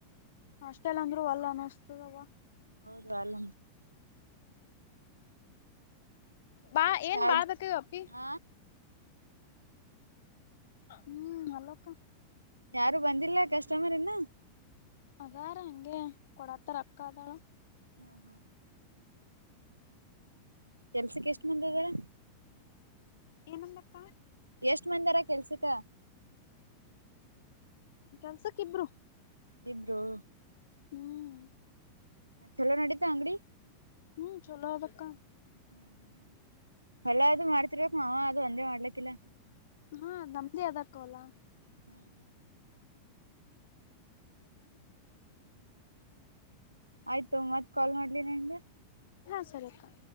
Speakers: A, on the left (about 55°); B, on the right (about 85°).
A: ಅಷ್ಟೆಲ್ಲ ಅಂದ್ರು ಅಲ್ಲ ಅನಿಸ್ತದವ.
B: ಹೌದು ಅಲ್ಲ
A: ಬಾ ಏನ್
B: ಯಾವ್ದ್
A: ಬಾದಕ ಅಪ್ಪಿ.
B: ಹ
A: ಹ್ಮ್ ಅಲ್ಲೋ ಅಕ್ಕ
B: ಯಾರು ಬಂದಿಲ್ಲ ಕಸ್ಟಮರ್ ಇಂದ
A: ಅದಾರ ಹಗೆ ಕೊಡಾತ್ತಾರಕ್ಕದಳ
B: ಹ್ಮ ಹಾ ಕೆಲ್ಸಕ್ಕೆ ಎಷ್ಟ್ ಮಂದ ಇದದಾರ
A: ಏನಂದಕ್ಕ
B: ಎಷ್ಟ್ ಮಂದಾರ ಕೆಲ್ಸಿಕ
A: ಕೆಲ್ಸಕ್ಕ ಇಬ್ರು
B: ಹಮ್ರರು
A: ಹ್ಮ್
B: ಚಲೋ ನಡೀತಾ ಅಂಗಡಿ
A: ಹ್ಮ್ ಚಲೋ ಅದಕ್ಕ
B: ಹ್ಮ ಹೊಲ ಅದು ಮಾಡ್ತಿರ್ಬೇಕಕ್ ಮಾವ ಅದು ಒಂದೇ ಮಾಡ್ಲಕ್ಕಿಲ್ಲ
A: ಹಾ ನಮ್ದೇ ಅದಕ್ಕವಲ್ಲ
B: ಹ್ಮ್ ಹ್ಮ್
A: <unintelligible>
B: ಆಯ್ತು ಮತ್ ಕಾಲ್ ಮಾಡ್ಲಿ ನಂಗೆ
A: ಹಾ ಸರಿಕ್ಕ